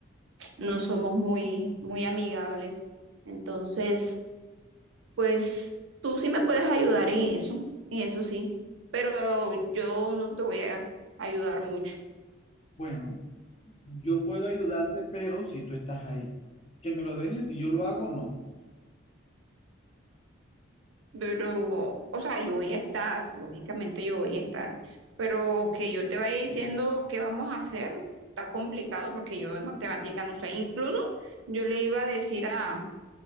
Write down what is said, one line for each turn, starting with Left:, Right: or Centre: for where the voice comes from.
Right: no somos muy, muy amigables. Entonces, pues tú sí me puedes ayudar en eso, en eso sí, pero yo no te voy a ayudar mucho.
Left: Bueno, yo puedo ayudarte, pero si tú estás ahí. Que me lo dejes y yo lo hago, no.
Right: Pero, o sea, yo voy a estar, lógicamente yo voy a estar, pero que yo te vaya diciendo qué vamos a hacer, está complicado porque yo de matemática no sé. Incluso yo le iba a decir a